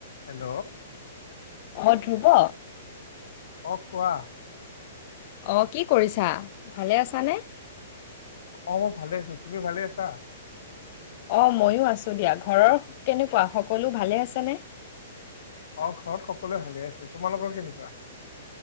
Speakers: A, on the left; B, on the left.
A: Hello.
B: অ ধ্ৰুব।
A: অকোৱা।
B: অ কি কৰিছা ভালে আছানে।
A: অ মই ভালে আছো তুমি ভালে আছা।
B: অ ময়ো আছো দিয়া ঘৰৰ কেনেকুৱা সকলো ভালে আছেনে।
A: অ ঘৰত সকলোৱে ভালে আছে তোমালোকৰ কেনেকুৱা।